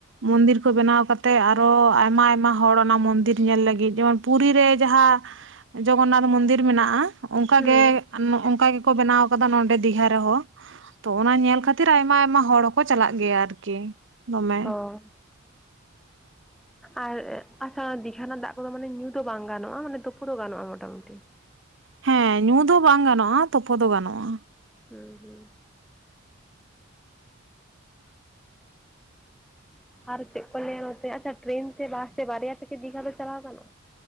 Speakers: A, on the right; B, in the centre.
A: ᱢᱚᱱᱫᱤᱨ ᱠᱚ ᱵᱮᱱᱟᱣ ᱠᱟᱛᱮᱜ ᱟᱨᱚ ᱟᱭᱢᱟ ᱟᱭᱢᱟ ᱦᱚᱲ ᱚᱱᱟ ᱢᱚᱱᱫᱤᱨ ᱧᱮᱞ ᱞᱟᱹᱜᱤᱫ ᱡᱮᱢᱚᱱ ᱯᱩᱨᱤ ᱨᱮ ᱡᱟᱦᱟᱸ ᱡᱚᱜᱚᱱᱱᱟᱛᱷ ᱢᱚᱱᱫᱤᱨ ᱢᱮᱱᱟᱜᱼᱟ ᱚᱱᱠᱟ
B: ᱦᱩᱸ
A: ᱜᱮ ᱟᱨ ᱱᱚ ᱝᱠᱟ ᱜᱮᱠᱚ ᱵᱮᱱᱟᱣ ᱱᱚᱰᱮ ᱫᱤᱜᱷᱟ ᱨᱮᱦᱚᱸ ᱛᱚ ᱚᱱᱟ ᱧᱮᱞ ᱠᱷᱟᱹᱛᱤᱨ ᱟᱭᱢᱟ ᱟᱭᱢᱟ ᱦᱚᱲ ᱦᱚᱸᱠᱚ ᱪᱟᱞᱟᱜ ᱜᱮᱭᱟ ᱟᱨᱠᱤ ᱫᱚᱢᱮ
B: ᱚ ᱟᱨ ᱟᱪᱷᱟ ᱚᱱᱟ ᱫᱤᱜᱷᱟ ᱨᱮᱱᱟᱜ ᱫᱟᱜ ᱠᱚᱫᱚ ᱢᱟᱱᱮ ᱧᱩ ᱫᱚ ᱵᱟᱝ ᱜᱟᱱᱚᱜᱼᱟ ᱢᱟᱱᱮ ᱛᱩᱯᱩ ᱫᱚ ᱜᱟᱱᱚᱜᱼᱟ ᱢᱚᱴᱟᱢᱩᱴᱤ
A: ᱦᱮᱸ ᱧᱩ ᱫᱚ ᱵᱟᱝ ᱜᱟᱱᱚᱜᱼᱟ ᱛᱚᱯᱚ ᱫᱚ ᱜᱟᱱᱚᱜᱼᱟ
B: ᱦᱩᱸ ᱦᱩᱸ ᱟᱨ ᱪᱮᱫ ᱠᱚ ᱞᱟᱹᱭᱟ ᱱᱚᱛ ᱟᱪᱷᱟ ᱴᱨᱮᱱ ᱛᱮ ᱵᱟᱥ ᱛᱮ ᱵᱟᱨᱭᱟ ᱛᱮᱠᱮ ᱫᱤᱜᱷᱟ ᱫᱚ ᱪᱟᱞᱟᱣ ᱠᱟᱱᱟ